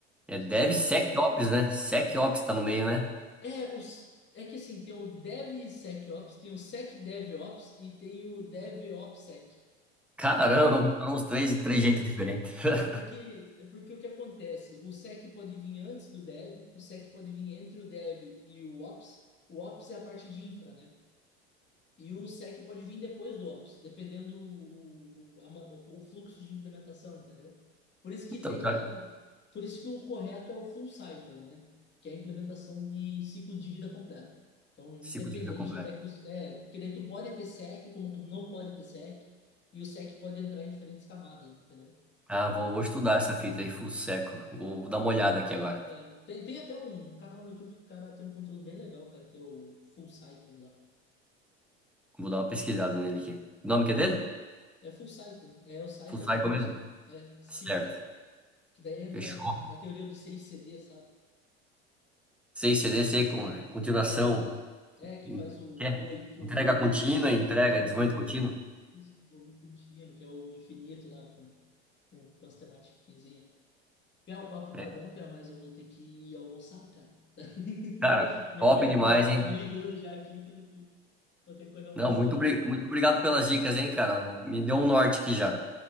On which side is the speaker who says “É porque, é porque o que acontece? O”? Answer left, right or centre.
Left